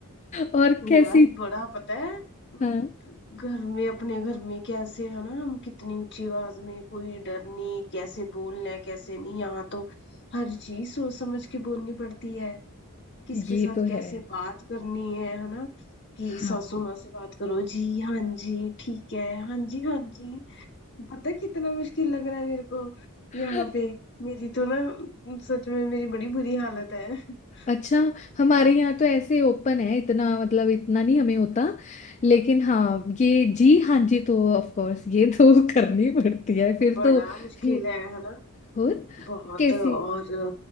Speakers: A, on the left (about 30°); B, on the left (about 50°).
A: और कैसी
B: यार बड़ा पता है अम,
A: हाँ
B: घर में अपने घर में कैसे है ना हम कितनी ऊंची आवाज में कोई डर नहीं कैसे बोलना है कैसे नहीं यहाँ तो हर चीज सोच समझ के बोलनी पड़ती है किसके
A: ये
B: साथ
A: तो
B: कैसे
A: है
B: बात करनी है है ना कि
A: हाँ
B: सासू माँ से बात करो जी हाँ जी ठीक है हाँ जी हाँ जी पता है कितना मुश्किल लग रहा है मेरे को
A: <laughs>
B: यहाँ पे मेरी तो ना सच में मेरी बड़ी बुरी हालत है <laughs>
A: अच्छा हमारे यहाँ तो ऐसे ओपन है इतना मतलब इतना नहीं हमें होता लेकिन हाँ ये जी हाँ जी तो ऑफ कोर्स ये तो <laughs> करनी पड़ती है फिर
B: बड़ा
A: तो
B: मुश्किल
A: फिर
B: है है ना
A: और
B: बहुत
A: कैसी
B: और